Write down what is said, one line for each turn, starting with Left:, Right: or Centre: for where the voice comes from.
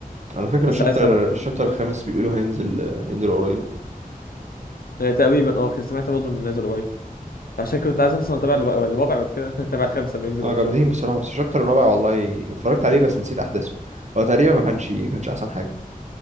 Right: على فكرة
Left: بس
Right: الشابتر
Left: عايز اتابعه طبعا.
Right: الشابتر الخامس بيقولوا هينزل هينزل قريب
Left: آه، تقريبا اه كنت سمعت برضه انه نازل قريب فعشان كنت عايز اصلا اتابع الرابع الرابع بعد كده <laughs> اتابع الخامسه لما ينزل
Right: اه
Left: بقى
Right: جامدين
Left: ان شاء الله
Right: بصراحة بس الشابتر الرابع والله اتفرجت عليه بس نسيت أحداثه هو تقريبا ما كانش ما كانش أحسن حاجة